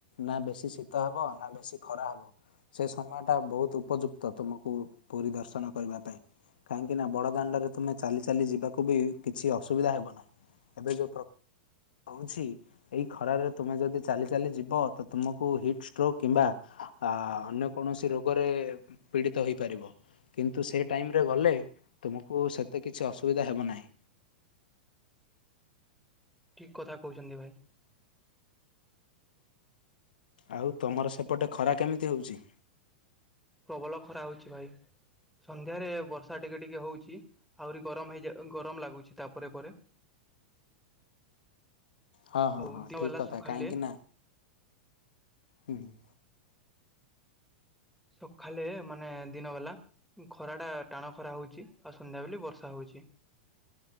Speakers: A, on the left (about 65°); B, in the centre.
A: ନା ବେଶୀ ଶୀତ ହବ ନା ବେଶୀ ଖରା ହବ। ସେ ସମୟ ଟା ବହୁତ ଉପଯୁକ୍ତ ତୁମକୁ ପୁରୀ ଦର୍ଶନ କରିବା ପାଇଁ। କାହିଁକି ନା ବଡ଼ ଦାଣ୍ଡରେ ତୁମେ ଚାଲି ଚାଲି ଯିବାକୁ ବି କିଛି ଅସୁବିଧା ହେବ ନାହିଁ ଏବେ ଯୋଉ ପ୍ର ହଉଛି ଏଇ ଖରାରେ ତୁମେ ଯଦି ଚାଲି ଚାଲି ଯିବ ତ ତୁମକୁ ହିଟ୍ ଷ୍ଟ୍ରୋକ୍ କିମ୍ବା ଆ ଅନ୍ୟ କୌଣସି ରୋଗରେ ପୀଡ଼ିତ ହେଇପାରିବ। କିନ୍ତୁ ସେ ଟାଇମ୍ ରେ ଗଲେ ତୁମକୁ ସେତେ କିଛି ଅସୁବିଧା ହେବ ନାହିଁ।
B: ଠିକ୍ କଥା କହୁଛନ୍ତି ଭାଇ।
A: ଆଉ ତମର ସେପଟେ ଖରା କେମିତି ହଉଛି?
B: ପ୍ରବଳ ଖରା ହୋଉଛି ଭାଇ। ସନ୍ଧ୍ୟାରେ ବର୍ଷା ଟିକେ ଟିକେ ହେଉଛି ଆହୁରି ଗରମ ହେଇଯ ଗରମ ଲାଗୁଛି ତାପରେ ପରେ।
A: ହଁ ହଁ
B: ଆଉ
A: ହଁ
B: ଦିନ
A: ଠିକ୍
B: ବାଲା
A: କଥା
B: ସକାଳେ
A: କାହିଁକିନା ହୁଁ ହୁଁ।
B: ସଖାଲେ ମାନେ ଦିନ ବେଲା ଖରା ଟା ଟାଣ ଖରା ହଉଛି ଆଉ ସନ୍ଧ୍ୟାବେଲେ ବର୍ଷା ହଉଛି।